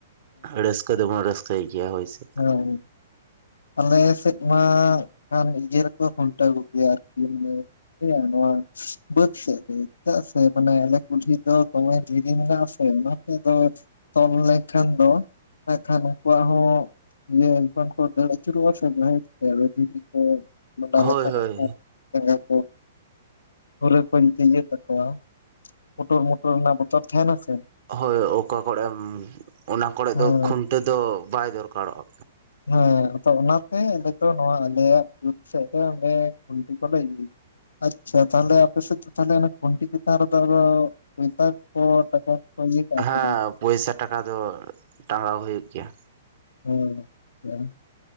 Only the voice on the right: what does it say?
ᱨᱟᱹᱥᱠᱟᱹ ᱨᱟᱥᱠᱟᱹ ᱫᱚᱵᱚᱱ ᱨᱚᱥᱠᱟᱹᱭ ᱜᱮᱭᱟ ᱦᱳᱭ ᱥᱮ
ᱦᱳᱭ ᱦᱳᱭ
ᱦᱳᱭ ᱚᱠᱟ ᱠᱚᱨᱮᱢ ᱚᱱᱟ ᱠᱚᱨᱮ
ᱫᱚ ᱠᱷᱩᱱᱴᱟᱹᱣ ᱫᱚ ᱵᱟᱭ ᱫᱚᱨᱠᱟᱨᱚᱜᱼᱟ
ᱦᱮᱸ
ᱯᱚᱭᱥᱟ ᱴᱟᱠᱟ ᱫᱚ ᱴᱟᱸᱜᱟᱣ ᱦᱩᱭᱩᱜ ᱜᱮᱭᱟ